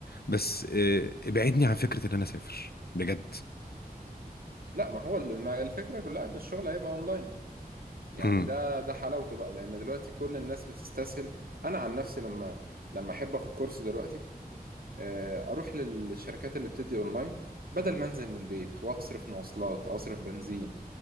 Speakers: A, on the left (about 80°); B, on the right (about 70°).
A: بس آه، ابعدني عن فكره ان انا اسافر بجد
B: لا ما هو ال- ما الفكرة كلها ان الشغل هيبقى اونلاين يعني
A: امم
B: ده ده حلاوته بقى لان دلوقتي كل الناس بتستسهل انا عن نفسي لما لما احب اخد كورس دلوقتي آه، اروح للشركات اللي بتدي اونلاين بدل ما انزل من البيت واصرف مواصلات او اصرف بنزين